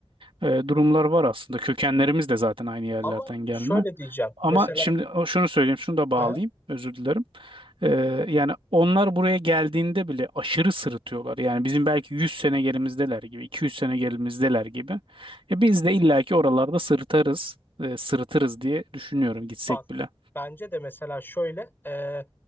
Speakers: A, on the right (about 65°); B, on the left (about 20°).
A: E, durumlar var aslında. Kökenlerimiz de zaten aynı yerlerden
B: Ama
A: gelme.
B: şöyle diyeceğim.
A: Ama
B: Mesela
A: şimdi o- şunu söyleyeyim, şunu da bağlayayım,
B: aha.
A: özür dilerim. Ee, yani onlar buraya geldiğinde bile aşırı sırıtıyorlar. Yani bizim belki 100 sene gerimizdeler gibi, 200 sene gerimizdeler gibi. E biz de illaki oralarda sırıtarız, e, sırıtırız diye düşünüyorum gitsek
B: Bak
A: bile.
B: bence de mesela şöyle e,